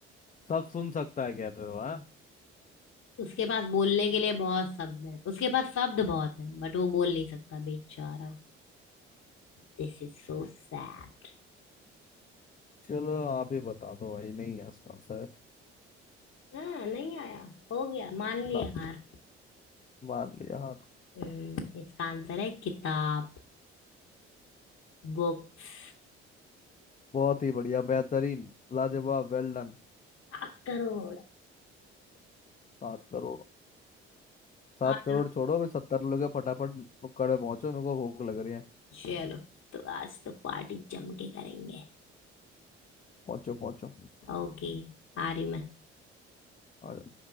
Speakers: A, on the left; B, on the left.
A: सब सुन सकता है क्या तेरे को, हाँ
B: उसके पास बोलने के लिए बहुत शब्द हैं उसके पास शब्द बहुत हैं बट वो बोल नहीं सकता बेचारा This is so sad
A: चलो आप ही बता दो भाई नहीं है इसका आंसर
B: हाँ नहीं आया हो गया मान लिया
A: ना
B: हार
A: मान लिया हाँ
B: हम्म, इसका आंसर है किताब बुक्स
A: बहुत ही बढ़िया बेहतरीन लाजवाब Well done
B: सात करोड़
A: सात करोड़ सात
B: आ
A: करोड़
B: जाओ
A: छोड़ो अभी सत्तर लोगे फटाफट नुक्कड़ पे पहुंचो मेरे को भूख लग रही है
B: चलो तो आज तो पार्टी जम के करेंगे
A: पहुंचो पहुंचो
B: ओके आ रही हूँ मैं
A: और